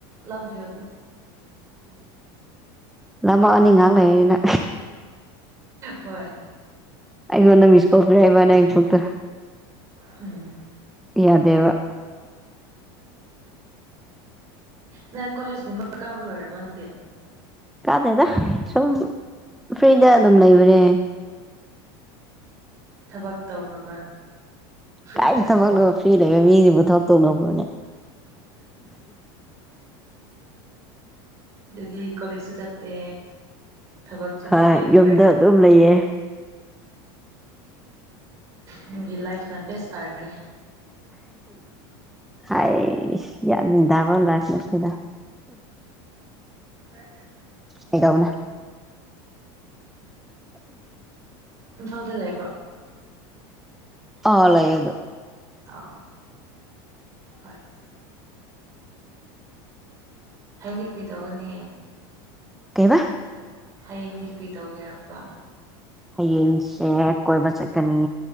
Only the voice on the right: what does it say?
ꯂꯝ ꯣꯖꯤ
ꯍꯣꯏ
ꯍꯝ
ꯅꯪ ꯀꯣꯂꯦꯖꯀꯨꯝꯕ ꯀꯥꯕ ꯂꯣꯏꯔꯕꯣ ꯅꯪꯗꯤ
ꯊꯕꯛ ꯇꯧꯈꯕ꯭ꯔꯥ ꯐꯔꯤ
ꯊꯕ
ꯀꯣ
ꯑꯗꯨꯗꯤ ꯀꯣꯂꯦꯖꯁꯨ ꯆꯠꯇꯦ ꯊꯕꯛꯁꯨ
ꯇꯧꯗ ꯑꯗꯨ
ꯑꯣꯏꯗꯤ
ꯅꯪꯒꯤ ꯂꯥꯏꯐꯅ ꯕꯦꯁ ꯇꯥꯔꯔꯦ
ꯑ
ꯏꯝꯐꯥꯜꯗ ꯂꯩꯕ꯭ꯔꯥ
ꯑ ꯍꯣꯏ ꯍꯗꯤ ꯀ꯭ꯔꯤ ꯇꯧꯒꯅꯤ
ꯍꯌꯦꯡꯗꯤ ꯀ꯭ꯔꯤ ꯇꯧꯒꯦꯔꯕ